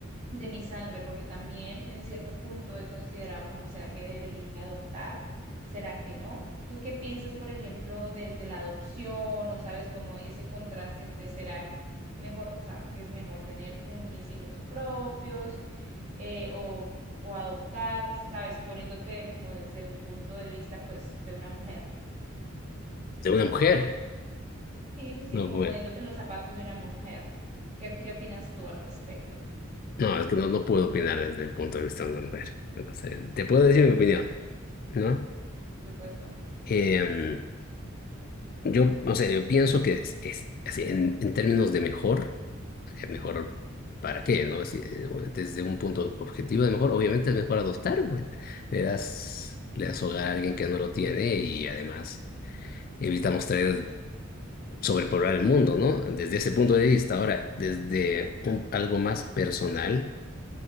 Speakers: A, on the right; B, on the left.
A: de mi sangre, porque también en cierto punto he considerado como será que debería adoptar, será que no. ¿Tú qué piensas, por ejemplo, de, de la adopción o sabes como ese contraste entre será mejor, o sea, que es mejor tener como mis hijos propios eh, o, o adoptar, sabes, poniéndote como desde el punto de vista pues de una mujer?
B: de una mujer.
A: Sí, sí, sí,
B: No
A: como
B: puedo.
A: poniéndote en los zapatos de una mujer. ¿Qué, qué opinas tú al respecto?
B: No, es que no, no puedo opinar desde el punto de vista de una mujer. O sea, te puedo decir mi opinión, ¿no?
A: Por supuesto.
B: Em, yo, o sea, yo pienso que es, es así, en, en términos de mejor, eh, mejor para qué, ¿no? Si, eh, o desde un punto objetivo de mejor, obviamente es mejor adoptar, pues. Le das, le das hogar a alguien que no lo tiene y además evitamos traer, sobrepoblar el mundo, ¿no? Desde ese punto de vista. Ahora, desde un- algo más personal.